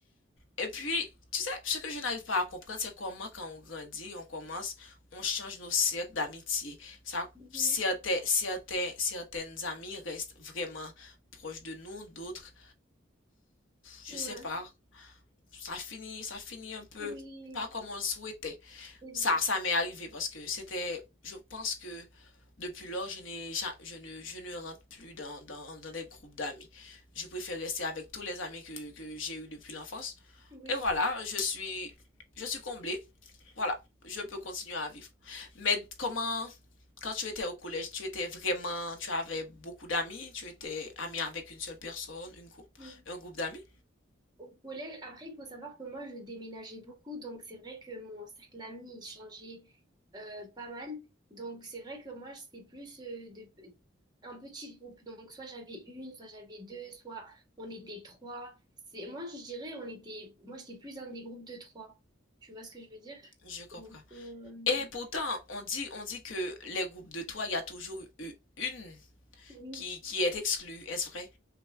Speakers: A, on the left; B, on the right.
A: Et puis, tu sais, ce que je n'arrive pas à comprendre, c'est comment quand on grandit, on commence, on change nos cercles d'amitié. Ça,
B: Mhm.
A: certains, certains, certaines amies restent vraiment proches de nous, d'autres, je
B: Ouais.
A: sais pas, ça finit, ça finit un peu
B: Oui,
A: pas comme on le souhaitait.
B: c'est
A: Ça,
B: vrai.
A: ça m'est arrivé parce que c'était, je pense que depuis lors, je n'ai, ja- je ne, je ne rentre plus dans, dans, dans des groupes d'amis. Je préfère rester avec tous les amis que, que j'ai eus depuis l'enfance.
B: Ouais.
A: Et voilà, je suis, je suis comblée. Voilà, je peux continuer à vivre. Mais comment, quand tu étais au collège, tu étais vraiment, tu avais beaucoup d'amis, tu étais ami avec une seule personne, une groupe,
B: Oui.
A: un groupe d'amis?
B: Au collège, après, il faut savoir que moi, je déménageais beaucoup, donc c'est vrai que mon cercle d'amis, il changeait euh, pas mal. Donc c'est vrai que moi, c'était plus euh, de, un petit groupe. Donc soit j'avais une, soit j'avais deux, soit on était trois. C'est, moi, je dirais, on était, moi, j'étais plus dans des groupes de trois. Tu vois ce que je veux dire?
A: Je comprends.
B: Donc, euh,
A: Et pourtant, on dit, on dit que les groupes de trois, il y a toujours eu une
B: oui,
A: qui, qui est exclue, est-ce vrai?